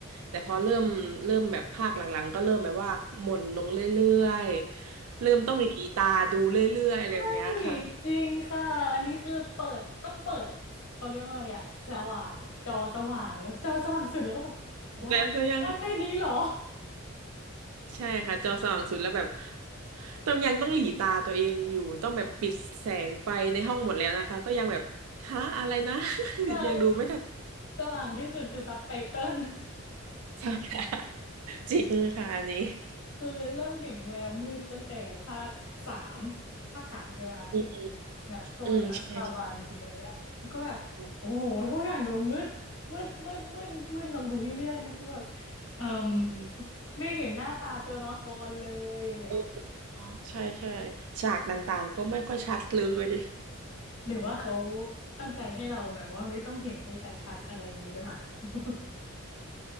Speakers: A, on the right (about 85°); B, on the left (about 70°).
A: แต่พอเริ่มเริ่มแบบภาคหลังๆก็เริ่มแบบว่าหม่นลงเรื่อยๆเริ่มต้องหลีตาดูเรื่อยๆอะไรแบบเนี้ยค่ะ
B: ใช่จริงค่ะอันนี้คือเปิดต้องเปิดเขาเรียกว่าอะไรอะสว่างจอสว่างแล้วจอสว่างสุดแล้วก็แบบได้
A: แล้วก็ยัง
B: ได้แค่นี้เหรอ
A: ใช่ค่ะจอสว่างสุดแล้วแบบต้องยังต้องหลีตาตัวเองอยู่ต้องแบบปิดแสงไฟในห้องหมดแล้วนะคะก็ยังแบบฮะอะไรนะ
B: <laughs> ใช่
A: <laughs> ยังดูไม่ทัน
B: สว่างที่สุดคือซับไตเติล
A: ใช่ <laughs> ค่ะจริงค่ะอันนี้
B: คือเริ่มเห็นแววมืดตั้งแต่ภาคสามภาคสามใช่ไหมที่เป็นนักโทษอัสคาบันอะไรเงี้ยแล้วก็แบบโอ้โหทุกอย่างดูมืดมืดมืดมืดมืดลงไปเรื่อยๆแล้วก็แบบ
A: อืมอืมใช่ใช่ใช่
B: เอ่ม
A: อืม
B: <laughs> ไม่เห็นหน้าตาตัวละครเลยอะไรเงี้ย
A: โอเคเนอะใช่ใช่ฉากต่างๆก็ไม่ค่อยชัดเลย
B: หรือว่าเขาตั้งใจให้เราแบบว่าไม่ต้องเห็นให้ชัดๆอะไรอย่างนี้หรือเปล่า <laughs>